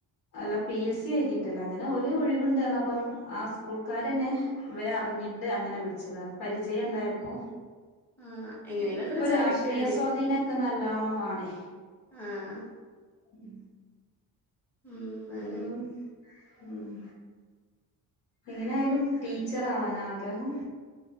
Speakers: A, on the left; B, in the centre.
A: അല്ല പി. എസ്. സി എഴുതീട്ടല്ല. അങ്ങനെ ഓല് ഒഴിവിണ്ട് അറിഞ്ഞപ്പം ആ സ്കൂൾക്കാരന്നെ ഇവരെ അറിഞ്ഞിട്ട് അങ്ങനെ വിളിച്ചതാ പരിചയം ഇണ്ടായപ്പോ
B: ആഹ് എങ്ങനേലൊക്കെ
A: ഇപ്പൊ
B: ഒരു ജോലി
A: രാഷ്ട്രീയ
B: കിട്ടിയാ മതി
A: സ്വാധീനൊ ക്കെ നല്ലോണം വാണെ
B: ആഹ്
A: ഉം
B: ഉം
A: അതൊന്നും
B: അങ്ങനെ
A: ഉം എങ്ങനെയാലും ടീച്ചർ ആവാനാ ആഗ്രഹം.